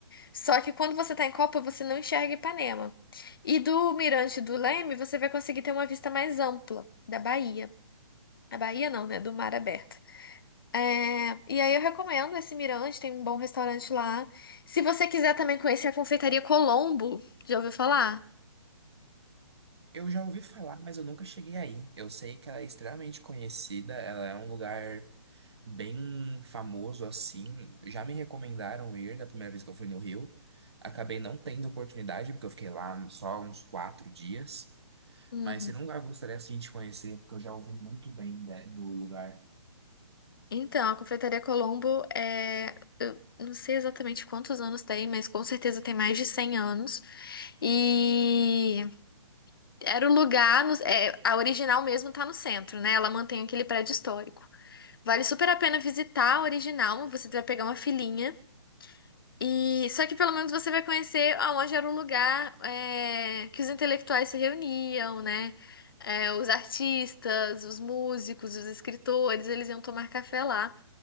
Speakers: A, on the left (about 45°); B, on the right (about 55°).
A: Só que quando você tá em Copa, você não enxerga Ipanema. E do mirante do Leme, você vai conseguir ter uma vista mais ampla da Bahia. A Bahia não, né? Do mar aberto. É, e aí eu recomendo esse Mirante, tem um bom restaurante lá. Se você quiser também conhecer a Confeitaria Colombo, já ouviu falar?
B: Eu já ouvi falar, mas eu nunca cheguei aí. Eu sei que ela é extremamente conhecida, ela é um lugar bem famoso assim. Já me recomendaram ir da primeira vez que eu fui no Rio. Acabei não tendo oportunidade, porque eu fiquei lá só uns quatro dias.
A: Uhum.
B: Mas se não lugar eu gostaria assim de conhecer, porque eu já ouvi muito bem, né, do lugar.
A: Então, a Confeitaria Colombo é. Eu não sei exatamente quantos anos tem, mas com certeza tem mais de 100 anos. E era o lugar. no- é, a original mesmo tá no centro, né? Ela mantém aquele prédio histórico. Vale super a pena visitar a original, você vai pegar uma filinha. E só que pelo menos você vai conhecer aonde era o lugar é, que os intelectuais se reuniam, né? É, os artistas, os músicos, os escritores, eles iam tomar café lá.